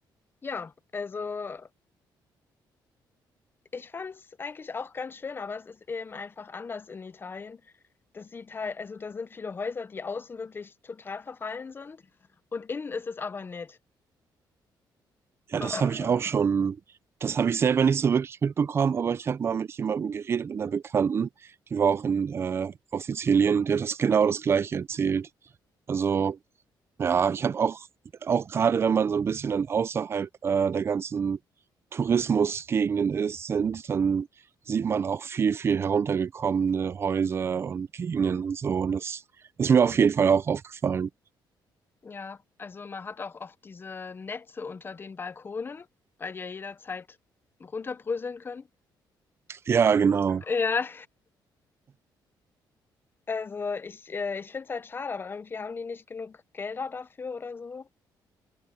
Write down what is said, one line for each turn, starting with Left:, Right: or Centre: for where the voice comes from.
Left: ja, also Ich fand es eigentlich auch ganz schön, aber es ist eben einfach anders in Italien. Das sieht halt, also da sind viele Häuser, die außen wirklich total verfallen sind und innen ist es aber nett.
Right: Ja,
Left: Äh,
Right: das habe ich auch schon. Das habe ich selber nicht so wirklich mitbekommen, aber ich habe mal mit jemandem geredet, mit einer Bekannten, die war auch in, äh, auf Sizilien und die hat das genau das Gleiche erzählt. Also, ja, ich habe auch, auch gerade wenn man so ein bisschen dann außerhalb, äh, der ganzen Tourismusgegenden ist, sind, dann sieht man auch viel, viel heruntergekommene Häuser und Gegenden und so. Und das ist mir auf jeden Fall auch aufgefallen.
Left: ja, also man hat auch oft diese Netze unter den Balkonen, weil die ja jederzeit runterbröseln können.
Right: Ja, genau.
Left: Ja, also ich, äh, ich finde es halt schade, aber irgendwie haben die nicht genug Gelder dafür oder so.